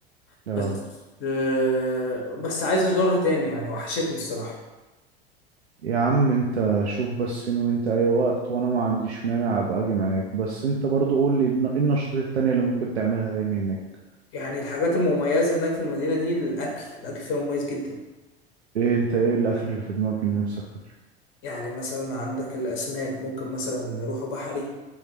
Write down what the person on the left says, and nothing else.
بس
آه، بس عايز ازورها تاني يعني وحشتني الصراحة
يعني الحاجات المميزة هناك في المدينة دي الأكل الأكل فيها مميز جدا
يعني مثلا عندك الأسماك ممكن مثلا نروح بحري